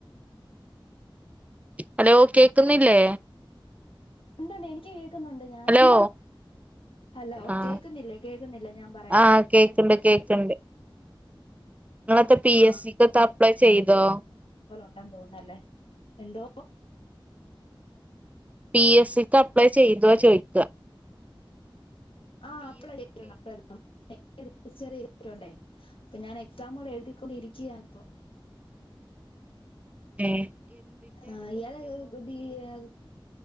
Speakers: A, on the right; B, on the left.
A: hello കേക്കുന്നില്ലേ
B: ഉണ്ടണ്ട് എനിക്ക് കി കേക്കുന്നുണ്ട് ഞാന്
A: ഹലോ
B: ഹലോ
A: ആ
B: കേക്കുന്നില്ലേ കേൾക്കുന്നില്ലേ ഞാൻ പറയുന്നത്
A: ആ കേക്കണ്ട് കേക്കണ്ട് നിങ്ങളത്തെ പി
B: ആ
A: എസ് സി ക്കത്ത അപ്ലൈ ചെയ്തോ
B: വണ്ട തോന്നല്ലേ എന്തോ
A: പി എസ് സി ക് അ അപ്ലൈ ചെയ്ത ചോയ്ക്ക
B: ആഹ് അപ്ലേ ചെയിതിട്ടു അപ്ലൈ രജിസ്റ്റർ ചെയ്തിട്ടുണ്ടേ അപ്പൊ ഞാൻ എക്സാം കൂടെ എഴുതിക്കൊണ്ടിരിക്കയാ ഇപ്പൊ
A: ഏഹ്
B: ആഹ് ഇയാളെ <unintelligible>